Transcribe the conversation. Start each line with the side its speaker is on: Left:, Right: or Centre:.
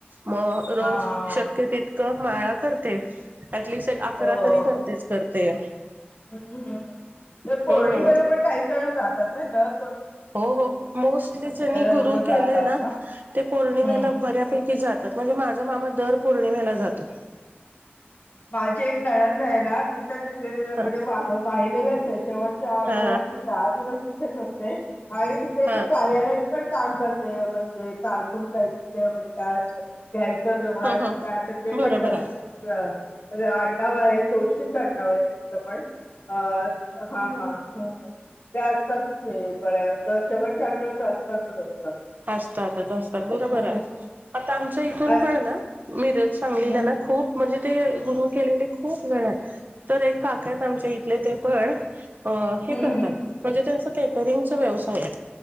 Right: मग रोज
Left: हा हा
Right: शक्य तितकं माळा करते. ऍटलिस्ट एक अकरा
Left: हो हो.
Right: तरी करतेच करते
Left: हम्म हम्म तर पौर्णिमेला
Right: हम्.
Left: पण काही जण जातात नाही तर.
Right: हो हो मोस्टली ज्यांनी
Left: लोक
Right: गुरु
Left: जातात
Right: केलेय ना ते पौर्णिमेला
Left: हम्म.
Right: बऱ्यापैकी जातात म्हणजे माझा मामा दर पौर्णिमेला जातो.
Left: माझी एक नळंद आहे ना ती त्यांचं जे जे
Right: हा
Left: म्हणजे वा वाहिलेलाच आहे, शेवटच्या आठवड्यात
Right: हा
Left: दहा दिवस तिथेच असते. आणि तिकडे
Right: हा
Left: ती कार्यालयीन पण काम करते म्हणजे कारकूण टाईप. म्हणजे काय अस घ्यायचं व्यवहाराच
Right: ह ह
Left: काय असेल ते
Right: बरोबर
Left: पण करते
Right: आहे
Left: ती <unintelligible> आडनाच आहे, जोरशीच आडनाव आहे, त्यांचं पण अ हा हा. त्या असतात तिथे बऱ्या शेवटच्या आठवड्या तर असतातच असतात.
Right: असतातच असतात बरोबर
Left: हम्म
Right: आहे, आता आमच्या इथून
Left: हम्म अ-
Right: पण ना मिरज. सांगलीलं
Left: हम्म
Right: ना खूप म्हणजे ते गुरु केलेले खूप जण तर एक काक आहेत आमच्या इथले ते पण हे
Left: हम्म
Right: करतात म्हणजे त्यांच कॅटरिंगचा व्यवसाय आहे,